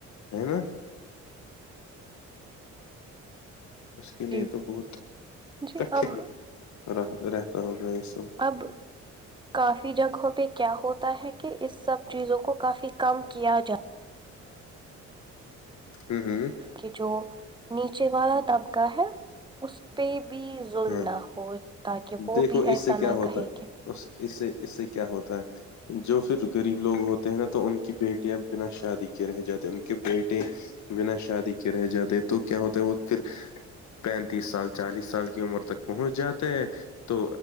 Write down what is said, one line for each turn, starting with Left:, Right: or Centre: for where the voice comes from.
Left: ہے نا اس کے
Right: جی
Left: لیے تو بہت
Right: جی
Left: کٹن
Right: اب
Left: رہ رہتا ہوگا یہ سب
Right: اب کافی جگہوں پہ کیا ہوتا ہے کہ اس سب چیزوں کو کافی کم کیا جات
Left: ہوں ہوں
Right: کہ جو نیچے والا طبقہ ہے اس پہ بھی ظلم
Left: ہاں
Right: نہ ہو تاکہ وہ
Left: دیکھو
Right: بھی ایسا
Left: سے کیا
Right: نہ
Left: ہوتا
Right: کہے
Left: ہے
Right: کہ
Left: اس اس سے اس سے کیا ہوتا ہے جو پھر غریب لوگ ہوتے ہیں نا تو ان کی بیٹیاں بنا شادی کے رہ جاتی ہیں ان کے بیٹے بنا شادی کے رہ جاتے تو کیا ہوتا ہے وہ پھر پینتیس سال چالیس سال عمر تک پہنچ جاتے ہیں تو